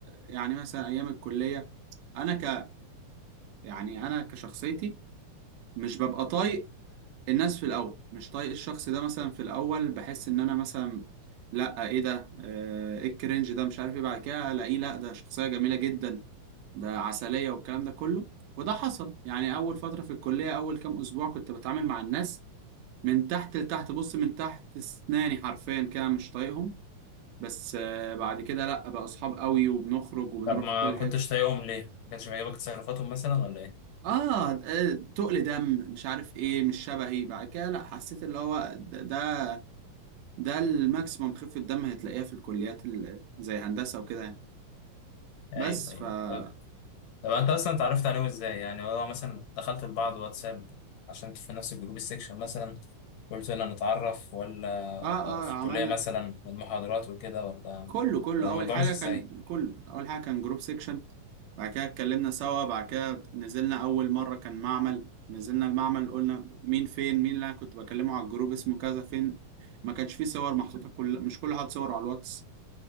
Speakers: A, on the right; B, on the left.
A: يعني مثلا ايام الكليه انا ك يعني انا كشخصيتي مش ببقى طايق الناس في الاول مش طايق الشخص ده مثلا في الاول بحس ان انا مثلا لا ايه ده آه، ايه الكرنج ده مش عارف ايه بعد كده الاقيه لا ده شخصيه جميله جدا ده عسليه والكلام ده كله وده حصل يعني اول فتره في الكليه اول كام اسبوع كنت بتعامل مع الناس من تحت لتحت بص من تحت اسناني حرفيا كده مش طايقهم بس آه، بعد كده لا بقى اصحاب قوي وبنخرج وبنروح
B: طب ما
A: في كل
B: كنتش
A: حته
B: طايقهم ليه؟ ما كانش بيعجبك تصرفاتهم مثلا ولا ايه؟
A: اه آه، تقل دم مش عارف ايه مش شبهي بعد كده لا حسيت اللي هو ده ده, ده الماكسيمم خفه دم هتلاقيها في الكليات ال- زي هندسه وكده يعني. بس
B: ايوه ايوه
A: ف اه
B: طب طب انت اصلا اتعرفت عليهم ازاي؟ يعني هو مثلا دخلتوا لبعض واتساب عشان انتوا في نفس الجروب السكشن مثلا قلت يلا نتعرف ولا
A: اه
B: آه، في
A: عملنا
B: الكلية مثلا من محاضرات وكده ولا
A: كله كله
B: ولا
A: اول
B: الموضوع
A: حاجه
B: مش ازاي؟
A: كان كله اول حاجه كان جروب سيكشن بعد كده اتكلمنا سوا بعد كده نزلنا أول مرة كان معمل نزلنا المعمل قلنا مين فين مين اللي أنا كنت بكلمه على الجروب اسمه كذا فين ما كانش فيه صور محطوطة كل مش كل حد صور على الواتس